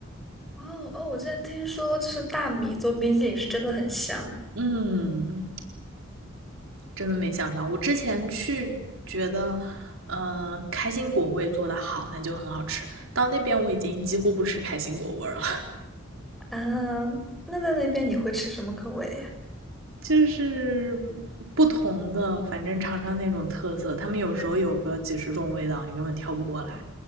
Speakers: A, in the centre; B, on the right.
A: 哦哦，我之前听说，就是大米做冰淇淋是真的很香，
B: 嗯，真的没想到，我之前去觉得，呃，开心果味做的好，那就很好吃。到那边我已经几乎不吃开心果味儿了，
A: 啊，那在那边你会吃什么口味呀？
B: 就是不同的，反正尝尝那种特色，他们有时候有个几十种味道，你根本挑不过来，